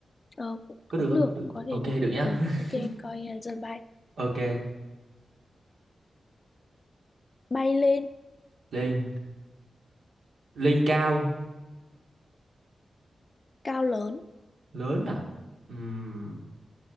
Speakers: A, on the left (about 40°); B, on the right (about 85°).
A: ờ cũng,
B: có
A: cũng
B: được không
A: được
B: được
A: cũng có
B: ok
A: thể được
B: được nhá
A: ờ
B: <laughs>
A: ok coi như là dơi bay
B: ok
A: bay lên
B: lên lên cao
A: cao lớn
B: lớn à Ừm,